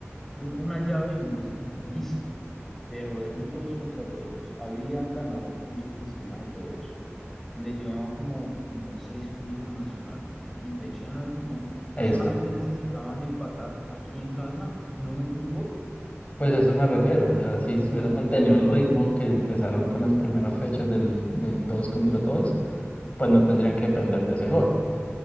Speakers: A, in the centre; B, on the left (about 30°).
A: un- una llave y uno dice como listo, pero eran todos contra todos, habían ganado puntos encima de todos, y le llevaban como, como seis puntos a Nacional y pechean al final y
B: es,
A: solamente necesitaban empatar aquí en casa y no meten un gol.
B: Pues a eso me refiero, o sea, si
A: No,
B: hubieran mantenido el ritmo que empezaron con las primeras fechas del, del todos contra todos, pues no tendrían que depender de ese gol.